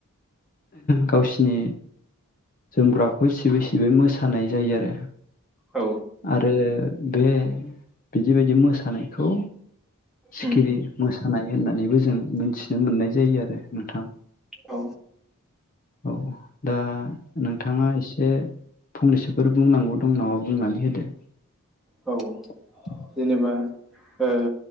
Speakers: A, on the left; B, in the centre.
A: गावसिनि जोमग्राखौ सिबै सिबै मोसानाय जायो आरो
B: औ
A: आरो बे बिदि बदि मोसानायखौ सिखिरि
B: उम
A: मोसानाय होननानैबो जों मिथिनो मोननाय जायो आरो नोंथां
B: औ
A: । औ दा नोंथाङा एसे फंनैसोफोर बुंनांगौ दं नामा बुंनानै होदो ।
B: औ जेनेबा ओ